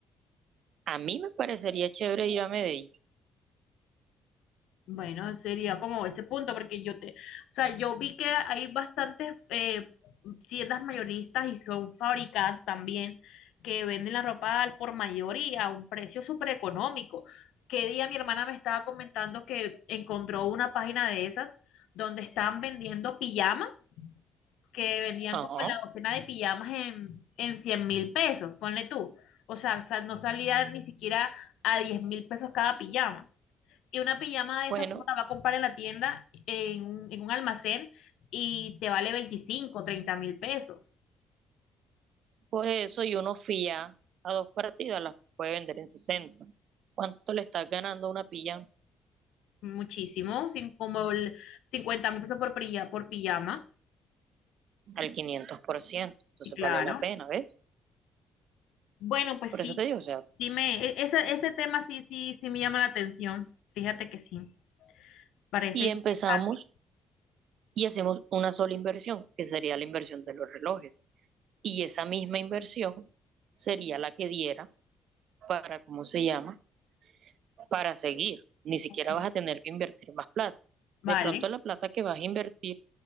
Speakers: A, on the right (about 70°); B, on the left (about 85°).
A: A mí me parecería chévere ir a Medellín.
B: Bueno, sería como ese punto, porque yo te, o sea, yo vi que hay bastantes eh, tiendas mayoristas y son fábricas también que venden la ropa al por mayor y a un precio súper económico. Que día mi hermana me estaba comentando que encontró una página de esas donde estaban vendiendo pijamas, que vendían
A: Ajá.
B: como la docena de pijamas en, en cien mil pesos, ponle tú. O sea, sa- no salía ni siquiera a diez mil pesos cada pijama. Y una pijama de
A: Bueno,
B: esas uno la va a comprar en la tienda, en un, en un almacén, y te vale veinticinco treinta mil pesos.
A: por eso y uno fía a dos partidas, las puede vender en sesenta ¿Cuánto le estás ganando una pilla?
B: Muchísimo, sin, como el cincuenta mil pesos por, prilla- por pijama.
A: Al quinientos por ciento Entonces
B: Sí, claro.
A: vale la pena, ¿ves?
B: Bueno, pues
A: Por
B: sí,
A: eso te digo, o sea,
B: sí me, e- ese, ese tema sí, sí, sí me llama la atención. Fíjate que sí, parece
A: y
B: interesante.
A: empezamos y hacemos una sola inversión, que sería la inversión de los relojes. Y esa misma inversión sería la que diera para, ¿cómo se llama? Para seguir. Ni siquiera
B: Ok,
A: vas a tener que invertir más plata.
B: Vale.
A: De pronto la plata que vas a invertir